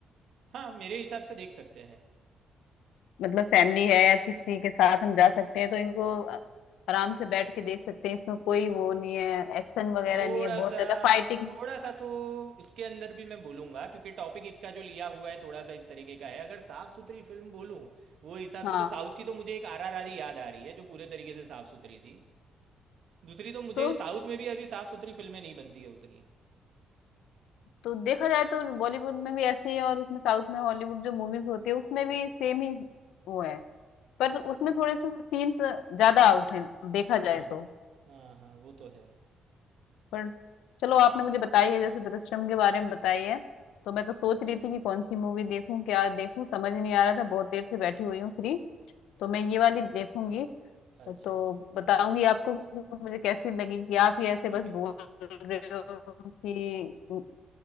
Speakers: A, on the right; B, on the left.
A: हाँ मेरे हिसाब से देख सकते हैं
B: मतलब फैमिली है या किसी के साथ हम जा सकते हैं तो इनको आराम से बैठ के देख सकते हैं इसमें कोई वो नहीं है एक्शन वगैरह
A: थोड़ा
B: नहीं है बहुत
A: सा
B: ज्यादा फाइटिंग
A: थोड़ा सा तो उसके अंदर भी मैं बोलूंगा क्योंकि टॉपिक इसका जो लिया हुआ है थोड़ा सा इस तरीके का है अगर साफ सुथरी फिल्म बोलूं वो हिसाब
B: हाँ
A: से तो साउथ की तो मुझे एक आरआरआर ही याद आ रही है जो पूरे तरीके से साफ सुथरी थी दूसरी तो मुझे
B: तो
A: साउथ में भी अभी साफ सुथरी फिल्में नहीं बनती है उतनी
B: तो देखा जाए तो बॉलीवुड में भी ऐसे ही है और उसमें साउथ में हॉलीवुड जो मूवीज होती है उसमें भी सेम ही वो है पर उसमें
A: हाँ
B: थोड़े से सीन्स ज्यादा आउट हैं देखा जाए
A: हाँ
B: तो
A: हाँ हाँ, वो तो है
B: पर चलो आपने मुझे बताई है जैसे दृश्यम के बारे में बताई है तो मैं तो सोच रही थी कि कौन सी मूवी देखूं क्या देखूं समझ नहीं आ रहा था बहुत देर से बैठी हुई हूँ फ्री तो मैं ये वाली देखूंगी
A: अच्छा
B: तो बताऊंगी आपको कि मुझे कैसी लगी कि आप ही ऐसे
A: ठीक
B: बस
A: है
B: बोल रहे हो कि